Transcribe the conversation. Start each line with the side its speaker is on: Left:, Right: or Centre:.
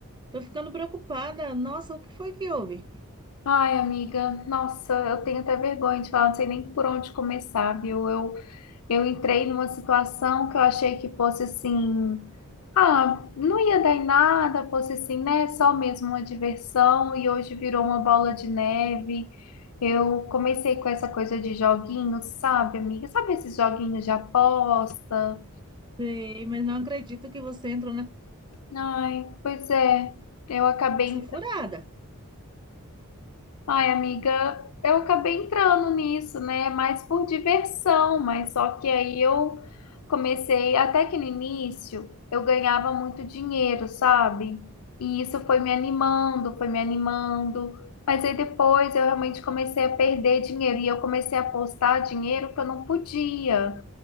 Right: tô ficando preocupada. Nossa, o que foi que houve?
Left: Ai, amiga, nossa, eu tenho até vergonha de falar, não sei nem por onde começar, viu? Eu, eu entrei numa situação que eu achei que fosse assim, ah, não ia dar em nada, fosse assim, né? Só mesmo uma diversão, e hoje virou uma bola de neve. Eu comecei com essa coisa de joguinhos, sabe, amiga? Sabe esses joguinhos de aposta?
Right: Sei, mas não acredito que você entrou
Left: Ai, pois é, eu acabei
Right: nessa furada.
Left: Ai, amiga, eu acabei entrando nisso, né? Mais por diversão, mas só que aí eu comecei, até que no início eu ganhava muito dinheiro, sabe? E isso foi me animando, foi me animando, mas aí depois eu realmente comecei a perder dinheiro e eu comecei a apostar dinheiro que eu não podia.